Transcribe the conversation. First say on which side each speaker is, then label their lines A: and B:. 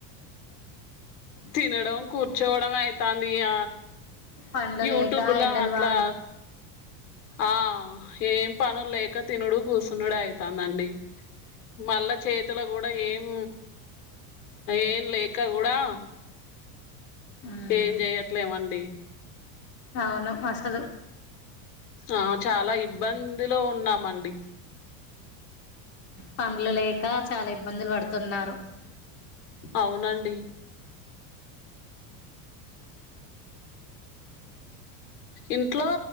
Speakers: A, on the left; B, on the left.
A: తినడంం, కూర్చోడం అయితాంది ఇగ
B: పండ్లు
A: యూట్యూబ్లా
B: లేక ఎండలు
A: అట్లా
B: బాగా
A: ఆ ఏం పనులు లేక తినుడు కూస్సునుడు అయితాందండి మళ్ళా చేతులో కూడ్ ఏం ఏం లేక గూడా
B: మ్మ్
A: ఏం జేయట్లేమండి
B: అవును అసలు
A: ఆ చాలా ఇబ్బందిలో ఉన్నామండి
B: పనులు లేక చాలా ఇబ్బందులు పడుతున్నారు
A: అవునండి ఇంట్లో